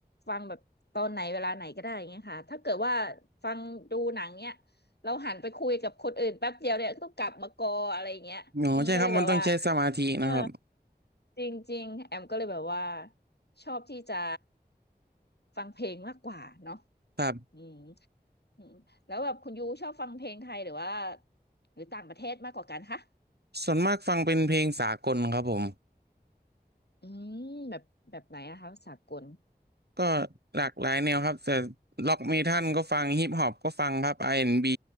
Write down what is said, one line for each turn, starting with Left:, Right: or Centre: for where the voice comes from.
Left: ฟังแบบตอนไหนเวลาไหนก็ได้อย่างเงี้ยค่ะถ้าเกิดว่าฟังดูหนังเนี้ยเราหันไปคุยกับคนอื่นแป๊บเดียวเนี่ยก็ต้องกลับมากออะไรอย่างเงี้ยอืมก็เลยแบบว่า
Right: อ๋อใช่ครับมันต้องใช้สมาธินะครับ
Left: เออจริงๆแอมก็เลยแบบว่าชอบที่จะฟังเพลงมากกว่าเนาะ
Right: ครับ
Left: อืมอืมแล้วแบบคุณยูชอบฟังเพลงไทยหรือว่าหรือต่างประเทศมากกว่ากันคะ
Right: ส่วนมากฟังเป็นเพลงสากลครับผม
Left: อืมแบบแบบไหนนะคะสากล
Right: ก็หลากหลายแนวครับแต่ล็อกเมทัลก็ฟังฮิปฮอปก็ฟังครับ R&B